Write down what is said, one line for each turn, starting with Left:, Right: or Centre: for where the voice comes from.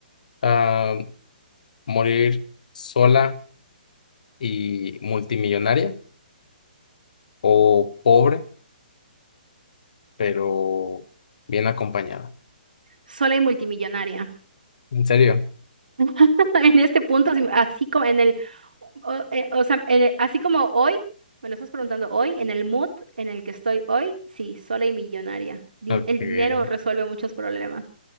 Left: Ah, ¿morir sola y multimillonaria o pobre pero bien acompañada?
Right: Sola y multimillonaria.
Left: ¿En serio?
Right: <laughs> En este punto, si- así como en el, o, eh, o sea, en el- así como hoy, me lo estás preguntando hoy, en el mood en el que estoy hoy, sí, sola y millonaria. Din-
Left: Okay.
Right: el dinero resuelve muchos problemas.